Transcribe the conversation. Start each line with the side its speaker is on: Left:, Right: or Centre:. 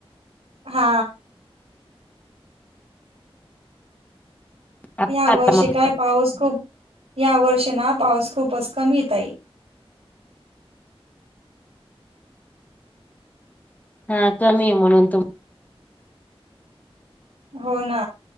Right: हा.
Left: आता
Right: ह्या वर्षी
Left: आला म्हटलं
Right: काय पाऊस खूप ह्या वर्षीना पाऊस खूप कमी ये ताई.
Left: हा कमी ये म्हणून तर
Right: हो ना.